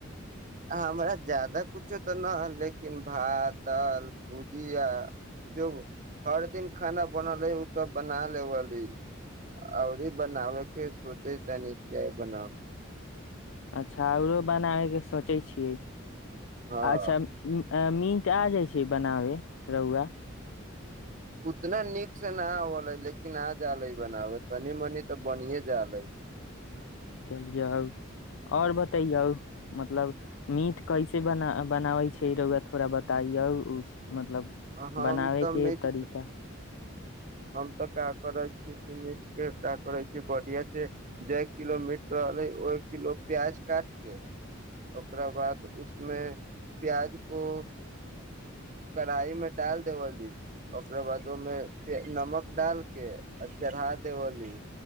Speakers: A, on the right; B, on the left.
A: हमरा जादा कछो तऽ नहि ह लेकिन भात दालि भुजिया जो हर दिन खाना बनल है ओसभ बना लेबी आओरी बनाबयके सोचे तनि क बनाउ
B: अच्छा आओरो बनाबैके सोचै छियै
A: हँ
B: अच्छा अ मीट आ जाइ छै बनाबे रौआ
A: उतना नीक से न आबल है लेकिन आ जाल है बनाबे तनी मनी तऽ बने जाल है
B: चलियौ आओर बतैयौ मतलब मीठ कैसे बना बनाबै छै रौआ थोड़ा बताइौ मतलब
A: हम
B: बनाबैके
A: तऽ मीट
B: तरीका
A: हम तऽ क्या करै छीयै कि मीट के क्य करै छी बढ़िया से जे किलो मीट रहलै ओहि किलो प्याज काट के ओकरा बाद उसमे प्याज को कढ़ाई मे डाल देबली ओकरा बाद ओहिमे नमक डाल के आ चढ़ा देवली